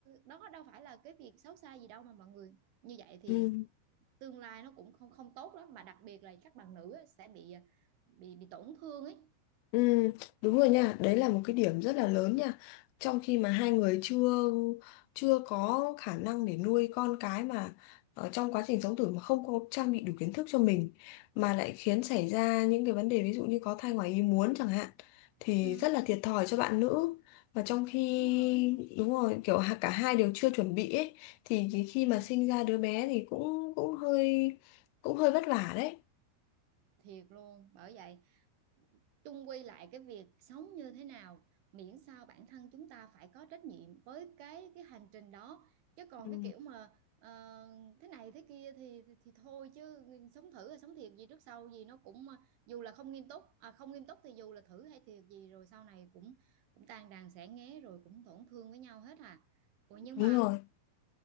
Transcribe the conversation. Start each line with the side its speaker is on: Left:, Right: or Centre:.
Right: đó đâu phải là cái việc xấu xa gì đâu mà mọi người như vậy thì
Left: ừ
Right: tương lai nó cũng không không tốt lắm mà đặc biệt là các bạn nữ á, sẽ bị bị bị tổn thương ấy
Left: Ừ, đúng rồi nha, đấy là một cái điểm rất là lớn nha. Trong khi mà hai người chưa chưa có khả năng để nuôi con cái mà ở trong quá trình sống thử mà không có trang bị đủ kiến thức cho mình mà lại khiến xảy ra những cái vấn đề ví dụ như có thai ngoài ý muốn chẳng hạn thì
Right: ừ,
Left: rất là thiệt thòi cho bạn nữ. Và trong khi
Right: đúng rồi
Left: đúng rồi, kiểu ha- cả hai đều chưa chuẩn bị ấy thì cái khi
Right: ừ,
Left: mà sinh ra đứa bé thì cũng cũng hơi cũng hơi vất vả đấy.
Right: thiệt luôn bởi vậy chung quy lại cái việc sống như thế nào miễn sao bản thân chúng ta phải có trách nhiệm với cái cái hành trình đó chứ còn
Left: Ừ,
Right: cái kiểu mà ờ, thế này thế kia thì thì thì thôi chứ sống thử hay sống thiệt gì trước sau gì nó cũng ờ, dù là không nghiêm túc à, không nghiêm túc thì dù là thử hay thiệt gì rồi sau này cũng cũng tan đàn xẻ nghé rồi cũng tổn thương với nhau hết à Ủa, nhưng
Left: đúng
Right: mà
Left: rồi.